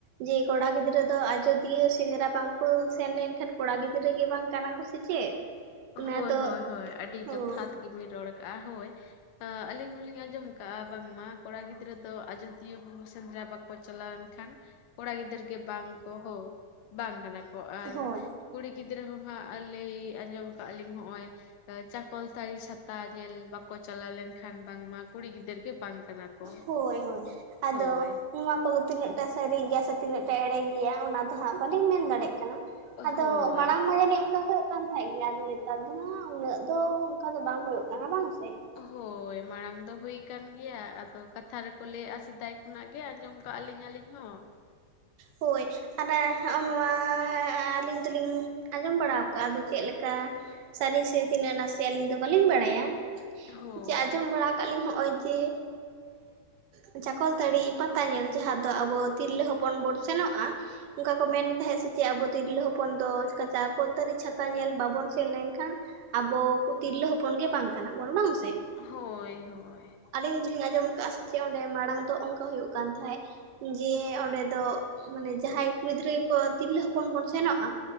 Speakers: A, on the right; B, on the left.
A: ᱡᱮ ᱠᱚᱲᱟ ᱜᱤᱫᱽᱨᱟᱹ ᱫᱚ ᱟᱡᱚᱫᱤᱭᱟᱹ ᱥᱮᱸᱫᱽᱨᱟ ᱵᱟᱝᱠᱚ ᱥᱮᱱ ᱠᱷᱟᱱ ᱠᱚᱲᱟ ᱜᱤᱫᱽᱨᱟᱹ ᱜᱮ ᱵᱟᱝ ᱠᱟᱱᱟ ᱠᱚ ᱥᱮ ᱪᱮᱫ? ᱚᱱᱟ
B: ᱦᱳᱭ
A: ᱫᱚ
B: ᱦᱳᱭ ᱦᱳᱭ ᱟᱹᱰᱤ
A: ᱦᱳᱭ
B: ᱡᱚᱛᱷᱟᱛ ᱜᱮᱤᱢᱤᱱ ᱨᱚᱲ ᱠᱟᱜᱼᱟ ᱦᱳᱭ ᱟᱞᱤᱧ ᱦᱚᱞᱤᱧ ᱟᱸᱡᱚᱢ ᱠᱟᱜᱼᱟ᱾ ᱵᱟᱝᱢᱟ ᱠᱚᱲᱟ ᱜᱤᱫᱽᱨᱟᱹ ᱫᱚ ᱟᱡᱚᱫᱤᱭᱟᱹ ᱵᱩᱨᱩ ᱥᱮᱸᱫᱽᱨᱟ ᱵᱟᱠᱚ ᱪᱟᱞᱟᱣ ᱞᱮᱱᱠᱷᱟᱱ ᱠᱚᱲᱟ ᱜᱤᱫᱟᱹᱨ ᱜᱮ ᱵᱟᱝ ᱠᱚ ᱦᱳ ᱵᱟᱝ ᱠᱟᱱᱟ ᱠᱚ ᱟᱨ
A: ᱦᱳᱭ
B: ᱠᱩᱲᱤ ᱜᱤᱫᱽᱨᱟᱹ ᱦᱚᱸ ᱦᱟᱸᱜ ᱞᱟᱹᱭ ᱟᱸᱡᱚᱢ ᱠᱟᱜ-ᱟ ᱞᱤᱧ ᱦᱚᱜᱼᱚᱭ ᱪᱟᱠᱚᱞᱛᱟᱲᱤ ᱪᱷᱟᱛᱟ ᱧᱮᱞ ᱵᱟᱠᱚ ᱪᱟᱞᱟᱣ ᱞᱮᱱ ᱠᱷᱟᱱ ᱵᱟᱝ ᱢᱟ ᱠᱩᱲᱤ ᱜᱤᱫᱟᱹᱨ ᱜᱮ ᱵᱟᱝ ᱠᱟᱱᱟ ᱠᱚ
A: ᱦᱳᱭ ᱦᱳᱭ, ᱟᱫᱚ
B: ᱦᱳᱭ
A: ᱱᱚᱣᱟ ᱠᱚ ᱫᱚ ᱛᱤᱱᱟᱹᱜ ᱴᱟ ᱥᱟᱨᱤ ᱜᱮᱭᱟ ᱥᱮ ᱛᱤᱱᱟᱹᱜ ᱴᱟ ᱮᱲᱮ ᱜᱮᱭᱟ ᱚᱱᱟ ᱫᱚ ᱦᱟᱸᱜ ᱵᱟᱹᱞᱤᱧ ᱢᱮᱱ ᱫᱟᱲᱮᱜ ᱠᱟᱱᱟ ᱟᱫᱚ
B: ᱦᱳᱭ
A: ᱢᱟᱲᱟᱝ ᱢᱟ ᱡᱟᱱᱤᱡ ᱚᱱᱠᱟ ᱦᱳᱭᱳᱜ ᱠᱟᱱ ᱠᱷᱟᱡ ᱜᱮ ᱟᱫᱚ ᱱᱮᱛᱟᱨ ᱫᱚ ᱦᱟᱸᱜ ᱩᱱᱟᱹᱜ ᱫᱚ ᱚᱱᱠᱟ ᱫᱚ ᱵᱟᱝ ᱦᱳᱭᱳᱜ ᱠᱟᱱᱟ, ᱵᱟᱝ ᱥᱮ?
B: ᱦᱳᱭ ᱢᱟᱲᱟᱝ ᱫᱚ ᱦᱩᱭ ᱠᱟᱱ ᱜᱮᱭᱟ ᱟᱫᱚ ᱠᱟᱛᱷᱟ ᱨᱮ ᱠᱚ ᱞᱟᱹᱭᱟᱜᱼᱟ ᱥᱮᱫᱟᱭ ᱠᱷᱚᱱᱟᱜ ᱜᱮ ᱟᱸᱡᱚᱢ ᱠᱟᱜ-ᱟ ᱞᱤᱧ ᱟᱹᱞᱤᱧ ᱦᱚᱸ᱾
A: ᱦᱳᱭ, ᱟᱫᱟ ᱦᱚᱸᱜᱼᱚ ᱱᱚᱣᱟ ᱟᱹᱞᱤᱧ ᱫᱩᱞᱤᱧ ᱟᱸᱡᱚᱢ ᱵᱟᱲᱟᱣ ᱠᱟᱜ-ᱟ ᱟᱫᱚ ᱪᱮᱫ ᱞᱮᱠᱟ ᱥᱟᱨᱤ ᱥᱮ ᱛᱤᱱᱟᱹᱜ ᱱᱟᱥᱮ ᱟᱹᱞᱤᱧ ᱫᱚ ᱵᱟᱹᱞᱤᱧ ᱵᱟᱲᱟᱭᱟ?
B: ᱦᱳᱭ
A: ᱡᱮ ᱟᱸᱡᱚᱢ ᱵᱟᱲᱟ ᱠᱟᱜ-ᱟ ᱞᱤᱧ ᱦᱚᱸᱜᱼᱚᱭ ᱡᱮ ᱮᱸᱻ ᱪᱟᱠᱚᱞᱛᱟᱲᱤ ᱯᱟᱛᱟ ᱧᱮᱞ ᱡᱟᱦᱟᱸ ᱫᱚ ᱟᱵᱚ ᱛᱤᱨᱞᱟᱹ ᱦᱚᱯ ᱯᱚᱱ ᱵᱚᱱ ᱥᱮᱱᱚᱜᱼᱟ, ᱚᱱᱠᱟ ᱠᱚ ᱢᱮᱱ ᱛᱟᱦᱮᱸᱫ ᱥᱮ ᱪᱮᱫ ᱟᱵᱚ ᱛᱤᱨᱞᱟᱹ ᱦᱚᱯᱚᱱ ᱫᱚ ᱪᱮᱠᱟ ᱪᱟᱠᱚᱞᱛᱟᱲᱤ ᱪᱷᱟᱛᱟ ᱧᱮᱞ ᱵᱟᱵᱚᱱ ᱥᱮᱱ ᱞᱮᱱ ᱠᱷᱟᱱ ᱟᱵᱚ ᱠᱚ ᱛᱤᱨᱞᱟᱹ ᱦᱚᱯᱚᱱ ᱜᱮ ᱵᱟᱝ ᱠᱟᱱᱟ ᱵᱚᱱ ᱵᱟᱝ ᱥᱮ?
B: ᱦᱳᱭ ᱦᱳᱭ,
A: ᱟᱞᱤᱧ ᱫᱩᱞᱤᱧ ᱟᱸᱡᱚᱢ ᱠᱟᱜᱼᱟ ᱥᱮ ᱪᱮᱫ ᱚᱸᱰᱮ ᱢᱟᱲᱟᱝ ᱫᱚ ᱚᱱᱠᱟ ᱦᱳᱭᱳᱜ ᱠᱟᱱ ᱛᱟᱦᱮᱸᱫ ᱡᱮ ᱚᱸᱰᱮ ᱫᱚ ᱢᱟᱱᱮ ᱡᱟᱦᱟᱸᱭ ᱠᱩᱲᱤ ᱜᱤᱫᱽᱨᱟᱹ ᱠᱚ ᱛᱤᱨᱞᱟᱹ ᱦᱚᱯᱚᱱ ᱵᱚᱱ ᱥᱮᱱᱚᱜᱼᱟ,